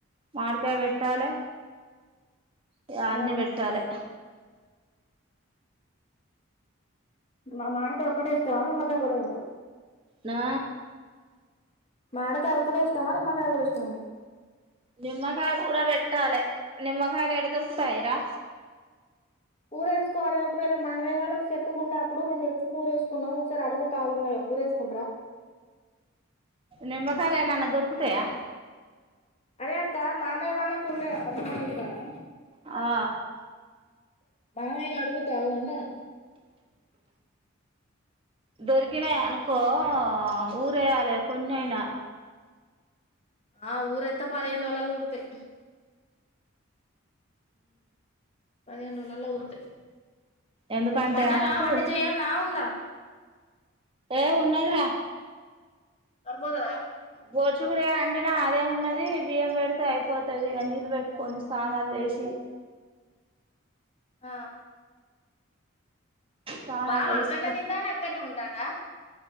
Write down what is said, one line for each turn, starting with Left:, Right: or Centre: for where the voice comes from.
Right: మాడికాయ్ వెట్టాలే ఇగ అన్ని
Left: ఆ,
Right: వెట్టాలే
Left: మ మాడిక్ తే ఒక్కటే ఇష్టమా నిమ్మకాయ్ గుడా తింటావా
Right: నా
Left: మాడకాయ ఒక్కటే ఇష్టమా నిమ్మకాయ గుడా ఇష్టమా
Right: నిమ్మకాయ గుడా వెట్టాలె నిమ్మకాయలు ఎడ దొరుకుతాయిరా
Left: ఊరేసుకోవాలి ఒకవేళ మామయ్య వాళ్ళకి చెట్టుకు ఉండే అప్పుడు మేము తెచ్చుకు ఊరేసుకున్నాం ఒకసారి అడుగు తాగు ఉన్నాయ ఊరేకుంటార
Right: నిమ్మకాయలు ఏనన్న దొరుకుతాయా
Left: అదే అక్క మామయ్య వాళ్ళకు ఉండే అమ్మమ్మ లోల ఇంటి కాడ
Right: ఆ
Left: మామయ్య ను అడుగు తాగు అంటన
Right: దొరికినాయి అనుకో ఊర వేయ్యాలి కొన్ని అయినా
Left: ఆ ఊరయిత్త పదిహేను రోజులలో ఊరుతయి పదిహేను రోజులలో ఉరుతాయి
Right: ఎందుకంటే
Left: వండాల
Right: ఆమెకు
Left: వంట చేయాలన్నా ఉందా
Right: ఏ ఉన్నది రా
Left: సరిపోతదా
Right: గోడ్చిక్కుడుకాయ అండినా అదే ఉన్నది బియ్యం పెడితే అయిపోతది ఇగ నీళ్ళు పెట్టుకొని స్నానాలు చేసి
Left: ఆ
Right: స్నానాలు
Left: బావ
Right: చేసుకో
Left: అక్కనే తింటాడు అక్కనే ఉన్ తాండ